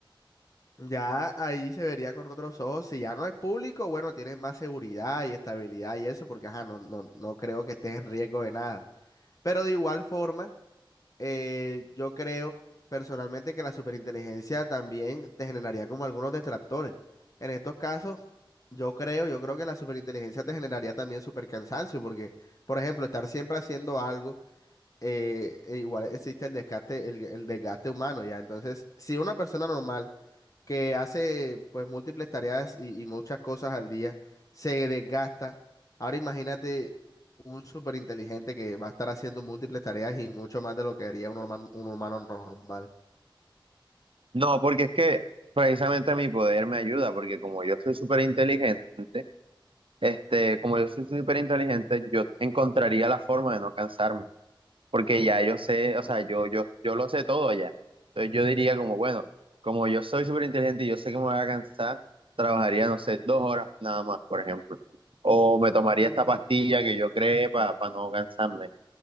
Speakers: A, on the left; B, on the right.
A: Ya ahí se vería con otros ojos. Si ya no es público, bueno, tienes más seguridad y estabilidad y eso, porque ajá, no, no, no creo que estés en riesgo de nada. Pero de igual forma, eh, yo creo personalmente que la superinteligencia también te generaría como algunos detractores. En estos casos, yo creo, yo creo que la superinteligencia te generaría también supercansancio, porque, por ejemplo, estar siempre haciendo algo, eh, e igual existe el desgaste, el el desgaste humano, ya. Entonces, si una persona normal que hace pues múltiples tareas y, y muchas cosas al día, se desgasta. Ahora imagínate un súper inteligente que va a estar haciendo múltiples tareas y mucho más de lo que haría un, norma- un humano normal.
B: No, porque es que precisamente mi poder me ayuda, porque como yo soy súper inteligente, este, como yo soy súper inteligente, yo encontraría la forma de no cansarme. porque ya yo sé, o
A: Mm,
B: sea, yo, yo, yo lo sé todo ya. Entonces yo diría como, bueno, como yo soy súper inteligente y yo sé que me voy a cansar, trabajaría, no sé, dos horas nada más, por ejemplo. O me tomaría
A: mm,
B: esta pastilla que yo creé para no cansarme.